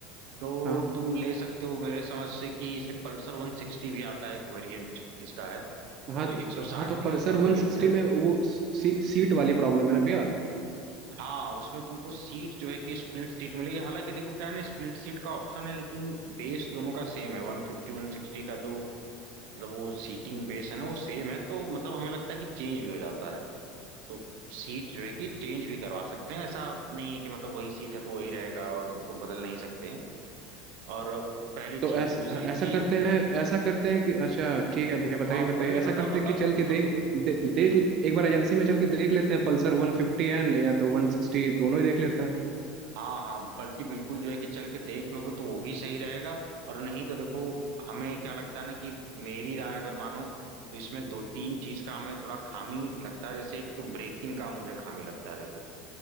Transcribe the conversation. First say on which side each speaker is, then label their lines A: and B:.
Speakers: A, on the right; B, on the right.
A: तो
B: हाँ
A: तुम ले सकते हो मेरे समझ से कि इसे पल्सर 160 भी आता है एक वेरिएंट इसका है
B: हाँ
A: वो 160
B: हाँ तो
A: सीसी
B: पल्सर
A: का वेरिएंट
B: वन सिक्सटी
A: है
B: में वो सी, सीट वाली प्रॉब्लम है ना भैया
A: हाँ उसमें तुमको सीट जो है कि स्प्लिट सीट मिलेगी हालांकि देखो क्या है ना स्प्लिट सीट का ऑप्शन है लेकिन बेस दोनों का सेम है 150 160 का जो मतलब वो सीटिंग बेस है ना वो सेम है तो मतलब हमें लगता है कि चेंज भी हो जाता है तो सीट जो है कि चेंज भी करवा सकते हैं ऐसा नहीं है कि मतलब वही सीट है तो वही रहेगा और उसको बदल नहीं सकते हैं और पहली चीज
B: तो ऐस,
A: दूसरी
B: ऐसा
A: चीज
B: करते हैं ऐसा करते हैं कि अच्छा ठीक है भैया बताइए
A: हाँ
B: बताइए
A: बने
B: ऐसा
A: बताओ
B: करते
A: बताओ
B: हैं कि चल
A: पूछो
B: के देख
A: तो फिर
B: दे, देख एक बार एजेंसी में चल के देख लेते हैं पल्सर वन फिफ्टी एन या तो वन सिक्सटी दोनों ही देख लेते हैं
A: हाँ हाँ बल्कि बिल्कुल जो है कि चल के देख लोगे तो वो भी सही रहेगा और नहीं तो देखो हमें क्या लगता है ना कि मेरी राय अगर मानो तो इसमें दो तीन चीज का हमें थोड़ा खामी लगता है जैसे एक तो ब्रेकिंग का मुझे खामी लगता है देखो